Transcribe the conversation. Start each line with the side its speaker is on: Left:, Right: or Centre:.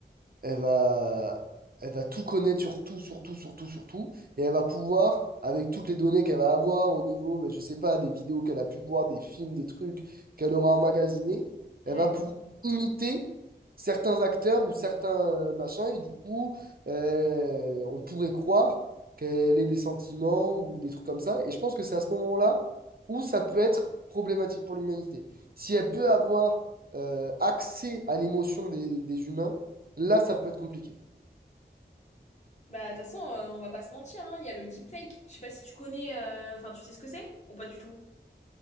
Right: elle va, elle va tout connaître sur tout, sur tout, sur tout, sur tout. Et elle va pouvoir, avec toutes les données qu'elle va avoir au niveau, ben, je sais pas, des vidéos qu'elle a pu voir, des films, des trucs qu'elle aura emmagasinés,
Left: Ouais.
Right: elle va pouvoir imiter certains acteurs ou certains euh, machins. Et du coup, euh, on pourrait croire qu'elle ait des sentiments ou des trucs comme ça. Et je pense que c'est à ce moment-là où ça peut être problématique pour l'humanité. Si elle peut avoir euh, accès à l'émotion des des humains, Là, ça peut être compliqué.
Left: Bah, de toute façon, euh, on va pas se mentir, hein, il y a le deepfake. Je sais pas si tu connais, euh, enfin, tu sais ce que c'est ou pas du tout?